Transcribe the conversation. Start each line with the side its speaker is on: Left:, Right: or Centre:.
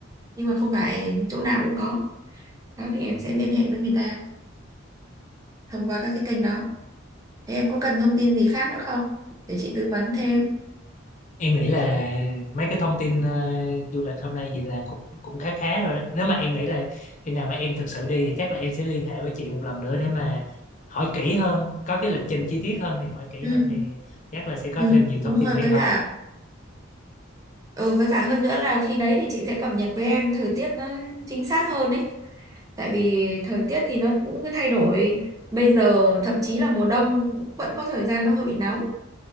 Right: nhưng mà không phải chỗ nào cũng có đó thì em sẽ liên hệ với người ta thông qua các cái kênh đó Thế em có cần thông tin gì khác nữa không để chị tư vấn thêm
Left: em nghĩ là mấy cái thông tin ờ, du lịch hôm nay vậy là cũng cũng khá khá rồi đó nếu mà em nghĩ là khi nào mà em thực sự đi thì chắc là em sẽ liên hệ với chị một lần nữa để mà hỏi kỹ hơn có cái lịch trình chi tiết hơn thì hỏi kỹ
Right: ừ
Left: hơn thì chắc là sẽ có
Right: Ừ,
Left: thêm nhiều
Right: đúng
Left: thông tin
Right: rồi
Left: hay
Right: với
Left: ho
Right: cả ừ, với cả hơn nữa là khi đấy thì chị sẽ cập nhật với em thời tiết nó chính xác hơn ấy tại vì thời tiết thì nó cũng cứ thay đổi bây giờ thậm chí là mùa đông cũng vẫn có thời gian nó hơi bị nóng